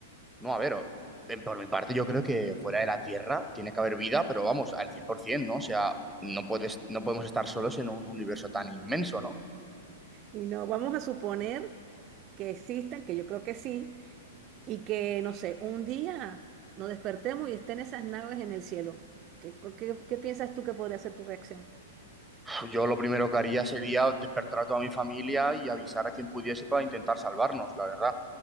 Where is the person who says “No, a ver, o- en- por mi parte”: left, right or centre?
Centre